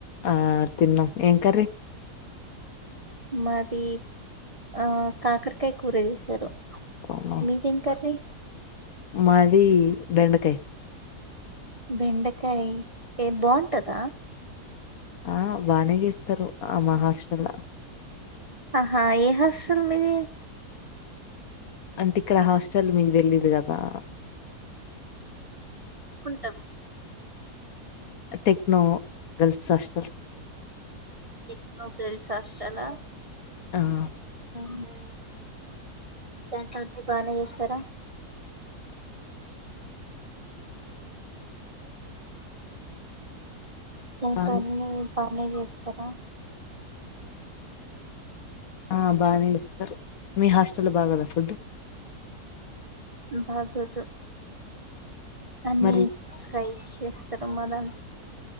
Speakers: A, on the left; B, on the right.
A: ఆ తిన్నం ఏం కర్రీ
B: మాది ఆ కాకరకాయ కూర జేసారు
A: అవునా,
B: మీదేం కర్రీ
A: మాది బెండకాయ్
B: బెండకాయ్ ఏ బాగుంటదా
A: ఆ బానే జేస్తారు అ మా హాస్టల్ల
B: ఆహా ఏ హాస్టల్ మీది
A: అంటే ఇక్కడ హాస్టల్ మీక్ దెలీదు కదా
B: ట్టం
A: techno girls hostel
B: techno girls హస్టలా
A: ఆహ్
B: అవునా దాంట్లో అన్ని బానే జేస్తారా దాంట్లో
A: బానే
B: అన్నీ బానే చేస్తారా
A: ఆ బానే జేస్తారు మీ హాస్టల్లో బాగోదా ఫుడ్
B: బాగొదు అన్ని
A: మరి
B: ఫ్రైస్ చేస్తారు మా దా